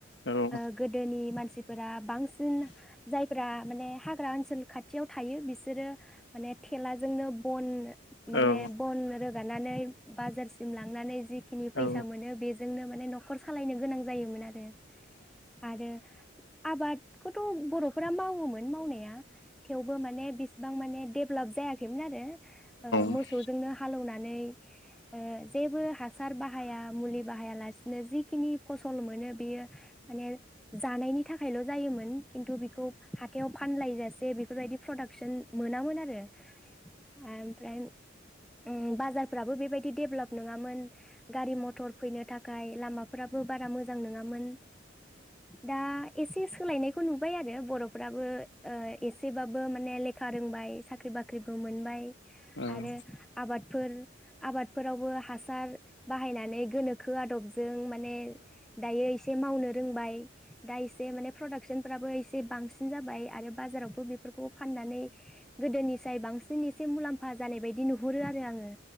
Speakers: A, on the left (about 65°); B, in the centre.
A: औ
B: ओ गोदोनि मानसि फोरा बांसिन जायफ्रा माने हाग्रा ओनसोल खाथि थियाव थायो बिसोरो माने थेलाजोंनो बन माने
A: औ।
B: बन रोगानानै बाजारसिम लांनानै जिखिनि फैसा
A: औ
B: मोनो बेजोंनो मा माने नखर सालायनो गोनां जायोमोन आरो। आरो। आबादखौथ। बरफोरा मावोमोन मावनाया थेवबो माने बिसेबां माने देभलप जायाखैमोन आरो
A: औ
B: मोसौ।
A: औ
B: लेवनानै ओ जेबो हासार बाहाया मुलि बाहायालासिनो जिखिनि फसल मोनो बेयो माने जानायनि थाखायल जायोमोन खिन्थु बेखौ हाथायाव फानलायजासि जे बेफोरबायदि प्रडाक्सन मोनामोन आरो। ओमफ्राय ओ बाजारफ्राबो बेबायदि देभलप नङामोन गारि मथर फैनो थाखाय लामाफोराबो बारा मोजा मोजां नङामोन दा एसे सोलायनाय खौ नुबाय आरो बर'फ्राबो ओ एसेबाबो माने लेखा रोंबाय साख्रि बाख्रिबो मोनबाय
A: औ
B: आरो आबादफोर आबादफोरावबो हासार बाहायनानै गोनो खो आदबज जों माने दायो एसे मावनो रोंबाय दा इसे माने प्रडाक्सन फोराबो एसे बांसिन जाबाय आरो बाजारावबो बेफोरखौ फाननानै गोदोनिफ्राय बांसिन एसे मुलाम्फा जानाय बायदि नु हुरो आरो आङो